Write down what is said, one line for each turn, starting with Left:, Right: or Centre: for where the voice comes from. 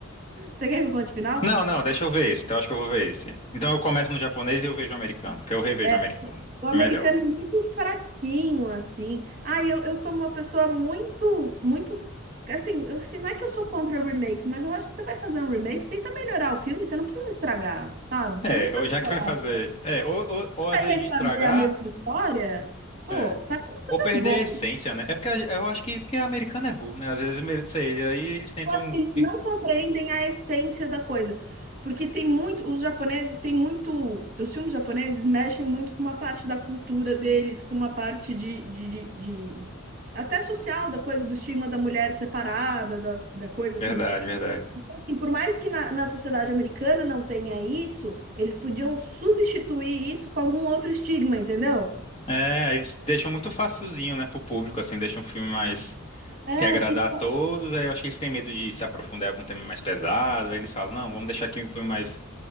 Right: Você quer que eu conte o final?
Left: Não, não, deixa eu ver esse. Então acho que eu vou ver esse. Então eu começo no japonês e eu vejo o americano, que eu revejo
Right: É,
Left: o americano.
Right: o americano
Left: É melhor.
Right: é muito fraquinho, assim. Ah, eu, eu sou uma pessoa muito, muito. Assim, eu, assim, não é que eu sou contra remakes, mas eu acho que você vai fazer um remake, tenta melhorar o filme, você não precisa estragar, sabe? Você
Left: É,
Right: não precisa
Left: ou já
Right: piorar.
Left: que vai fazer. É, ou, ou, ou às
Right: vai
Left: vezes
Right: refazer
Left: de estragar,
Right: a mesma história? Pô,
Left: é,
Right: faz uma coisa
Left: ou perder
Right: boa.
Left: a essência, né? É porque a- eu acho que porque americano é burro, né? Às vezes, mesmo, sei, aí eles tentam.
Right: Eu acho que eles não
Left: fi-
Right: compreendem a essência da coisa. Porque tem muito, os japoneses têm muito, os filmes japoneses mexem muito com uma parte da cultura deles, com uma parte de, de, de- de- até social da coisa, do estigma da mulher separada, da, da coisa assim.
Left: Verdade, verdade.
Right: Assim, por mais que na, na sociedade americana não tenha isso, eles podiam substituir isso com algum outro estigma, entendeu?
Left: É, eles deixam muito facilzinho, né, pro público, assim, deixam um filme mais.
Right: É,
Left: Quer agradar
Right: fica.
Left: a todos, aí eu acho que eles têm medo de se aprofundar em algum tema mais pesado, aí eles falam, não, vamos deixar aqui um filme mais.